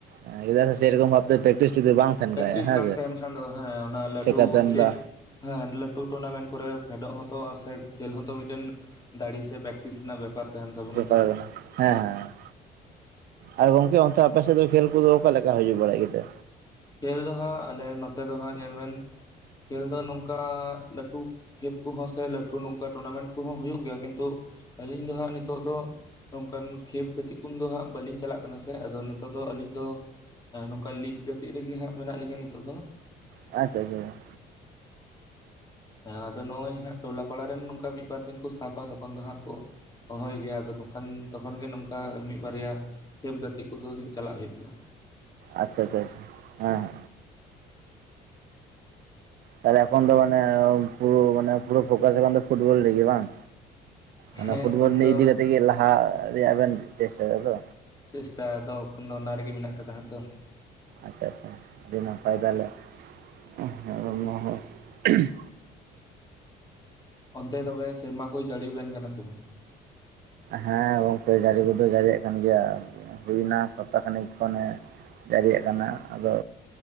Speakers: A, on the right; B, on the left.
A: ᱮ ᱪᱮᱫᱟᱜ ᱥᱮᱨᱚᱠᱚᱢ ᱵᱷᱟᱵᱛᱮ ᱯᱮᱠᱴᱤᱥ ᱡᱩᱫᱤ ᱵᱟᱝ ᱛᱟᱦᱮᱱ
B: ᱯᱨᱮᱠᱴᱤᱥ
A: ᱠᱷᱟᱡ ᱦᱮᱸᱥᱮ
B: ᱵᱟᱝ ᱛᱟᱦᱮᱱ ᱠᱷᱟᱱ ᱫᱚ ᱦᱮᱸ ᱚᱱᱟ ᱞᱟᱹᱴᱩ
A: ᱪᱤᱠᱟᱛᱮᱢ
B: ᱠᱷᱮ
A: ᱫᱚ
B: ᱦᱮᱸ ᱞᱟᱹᱴᱩ ᱴᱩᱨᱱᱟᱢᱮᱱᱴ ᱠᱚᱨᱮ ᱯᱷᱮᱰᱚᱜ ᱦᱚᱸᱛᱚ ᱥᱮ ᱠᱷᱮᱞ ᱦᱚᱸᱛᱚ ᱢᱤᱫᱴᱮᱱ ᱫᱟᱲᱮ ᱥᱮ ᱯᱨᱮᱠᱴᱤᱥ ᱨᱮᱱᱟᱜ ᱵᱮᱯᱟᱨ ᱛᱟᱦᱮᱱ ᱛᱟᱵᱚᱱᱟ
A: ᱵᱮᱯᱟᱨ
B: ᱛᱚ
A: ᱠᱟᱱᱟ ᱦᱮᱸ ᱦᱮᱸ ᱟᱨ ᱜᱚᱝᱠᱮ ᱚᱱᱛᱮ ᱟᱯᱮ ᱥᱮᱫ ᱫᱚ ᱠᱷᱮᱞ ᱠᱚᱫᱚ ᱚᱱᱠᱟ ᱞᱮᱠᱟ ᱦᱤᱡᱩᱜ ᱵᱟᱲᱟᱜ ᱜᱮᱛᱮ
B: ᱠᱷᱮᱞ ᱫᱚ ᱦᱟᱸᱜ ᱟᱞᱮ ᱱᱚᱛᱮ ᱫᱚ ᱦᱟᱸᱜ ᱧᱮᱞ ᱵᱮᱱ ᱠᱷᱮᱞ ᱫᱚ ᱱᱚᱝᱠᱟ ᱞᱟᱹᱴᱩ ᱠᱷᱮᱯ ᱠᱚᱦᱚᱸ ᱥᱮ ᱞᱟᱹᱴᱩ ᱱᱚᱝᱠᱟ ᱴᱩᱨᱱᱟᱢᱮᱱᱴ ᱠᱚᱦᱚᱸ ᱦᱩᱭᱩᱜ ᱜᱮᱭᱟ ᱠᱤᱱᱛᱩ ᱟᱹᱞᱤᱧ ᱫᱚ ᱦᱟᱸᱜ ᱱᱤᱛᱚᱜ ᱫᱚ ᱱᱚᱝᱠᱟᱱ ᱠᱷᱮᱯ ᱜᱟᱛᱮᱜ ᱠᱚ ᱫᱚ ᱦᱟᱸᱜ ᱵᱟᱹᱞᱤᱧ ᱪᱟᱞᱟᱜ ᱠᱟᱱᱟ ᱥᱮ ᱟᱫᱚ ᱱᱤᱛᱚᱜ ᱫᱚ ᱟᱹᱞᱤᱧ ᱫᱚ ᱮᱸ ᱱᱚᱝᱠᱟ ᱞᱤᱜᱽ ᱜᱟᱛᱮᱜ ᱨᱮᱜᱮ ᱦᱟᱸᱜ ᱢᱮᱱᱟᱜ ᱞᱤᱧᱟᱹ ᱱᱤᱛᱚᱜ ᱫᱚ
A: ᱟᱪᱪᱷᱟ ᱟᱪᱷᱟ
B: ᱦᱮᱸ ᱟᱫᱚ ᱱᱚᱜᱼᱚᱭ ᱦᱟᱸᱜ ᱴᱚᱞᱟ ᱯᱟᱲᱟᱨᱮᱱ ᱱᱚᱝᱠᱟ ᱢᱤᱫᱵᱟᱨ ᱫᱤᱱ ᱠᱚ ᱥᱟᱵᱟ ᱛᱚᱠᱷᱚᱱ ᱫᱚ ᱦᱟᱸᱜ ᱠᱚ ᱦᱚᱭ ᱜᱮ ᱟᱫᱚ ᱛᱠᱷᱟᱱ ᱛᱚᱠᱷᱚᱱ ᱜᱮ ᱱᱚᱝᱠᱟ ᱢᱤᱫ ᱵᱟᱨᱭᱟ ᱠᱷᱮᱯ ᱜᱟᱛᱮᱜ ᱠᱚᱫᱚ ᱫᱤᱱ ᱪᱟᱞᱟᱜ ᱦᱩᱭᱩᱜ ᱜᱮᱭᱟ
A: ᱟᱪᱪᱷᱟ ᱟᱪᱪᱷᱟ ᱟᱪᱪᱷᱟ ᱦᱮᱸ ᱦᱮᱸ
B: <inaudible>
A: ᱛᱟᱦᱚᱞᱮ ᱮᱠᱷᱚᱱ ᱫᱚ ᱢᱟᱱᱮ ᱯᱩᱨᱟᱹ ᱢᱟᱱᱮ ᱯᱩᱨᱟᱹ ᱯᱷᱳᱠᱟᱥ ᱮᱠᱷᱚᱱ ᱫᱚ ᱯᱷᱩᱴᱵᱚᱞ ᱨᱮᱜᱮ ᱵᱟᱝ ᱚᱱᱟ
B: ᱦᱮᱸ
A: ᱯᱷᱩᱴᱵᱚᱞ
B: ᱮᱠᱷᱚᱱ
A: ᱱᱤᱭ
B: ᱫᱚ
A: ᱤᱫᱤ ᱠᱟᱛᱮ ᱜᱮ ᱞᱟᱦᱟ ᱨᱮᱭᱟᱜ ᱵᱤᱱ ᱪᱮᱥᱴᱟ ᱭᱮᱫᱟ ᱛᱚ
B: ᱪᱮᱥᱴᱟ ᱫᱚ ᱮᱠᱷᱚᱱ ᱫᱚ ᱚᱱᱟ ᱨᱮᱜᱮ ᱢᱮᱱᱟᱜ ᱟᱠᱟᱫᱟ ᱦᱟᱸᱜ ᱛᱚ᱾
A: ᱟᱪᱪᱷᱟ ᱟᱪᱪᱷᱟ ᱟᱹᱰᱤ ᱱᱟᱯᱟᱭ ᱛᱟᱦᱞᱮ <unintelligible>
B: ᱚᱱᱛᱮ ᱛᱚᱵᱮ ᱥᱮᱨᱢᱟ ᱠᱚ ᱡᱟᱹᱲᱤ ᱟᱵᱮᱱ ᱠᱟᱱᱟ ᱥᱮ ᱵᱟᱝ
A: ᱦᱮᱸ ᱜᱚᱢᱠᱮ ᱡᱟᱲᱤ ᱠᱚᱫᱚᱭ ᱡᱟᱲᱤ ᱭᱮᱫ ᱠᱟᱱ ᱜᱮᱭᱟ ᱦᱩᱭᱱᱟ ᱥᱚᱯᱛᱟ ᱠᱷᱟᱱᱤᱠ ᱠᱷᱚᱱᱮ᱾ ᱡᱟᱲᱤ ᱭᱟᱜ ᱠᱟᱱᱟ ᱟᱫᱚ